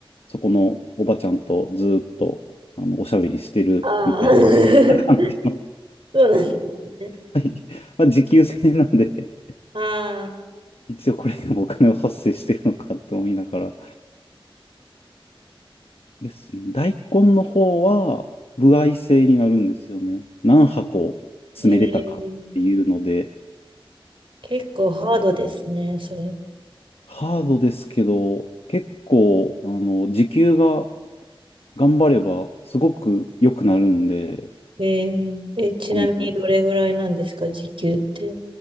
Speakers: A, on the left; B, on the right.
A: そこのおばちゃんとずーっと、あの、おしゃべりしてるみたいに。
B: あー <laughs>
A: まあ
B: そうなんですね。
A: はい。まあ、時給制なんで、
B: ああ、
A: <laughs> 一応これでもお金は発生してるのかと思いながら。ですね。大根の方は、歩合制になるんですよね。何箱詰めれたかっていうので、
B: ええ結構ハードですね、それ。
A: ハードですけど、結構、あの、時給が頑張ればすごく良くなるんで、
B: えええ、ちなみにどれぐらいなんですか、
A: あ、もう、
B: 時給って。